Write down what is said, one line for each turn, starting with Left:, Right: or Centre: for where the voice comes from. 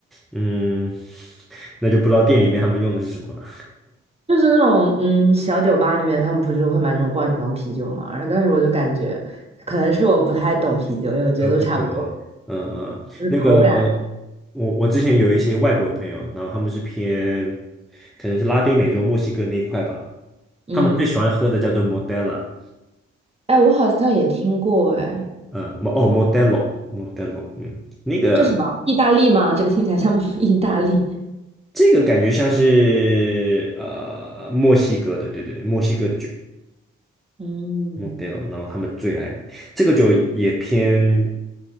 Centre: 嗯，那就不知道店里面他们用的是什么了，
Right: 就是那种嗯小酒吧里面他们不是会买那种罐装啤酒嘛，然后但是我就感觉可能是我不太懂啤酒，因为我觉得都差不多，
Centre: 喝不出来。嗯嗯，
Right: 就是口感，
Centre: 那个我我之前有一些外国朋友，然后他们是偏可能是拉丁美洲、墨西哥那一块吧，
Right: 嗯，
Centre: 他们最喜欢喝的叫做 m o d e l a
Right: 哎，我好像也听过，哎。
Centre: 嗯，mo- 哦，Modelo，Modelo，嗯，那个
Right: 这是什么？意大利吗？这个听起来像 <laughs> 意大利。
Centre: 这个感觉像是呃墨西哥的，对对对，墨西哥的酒
Right: 嗯，
Centre: ，Modelo，然后他们最爱这个酒也偏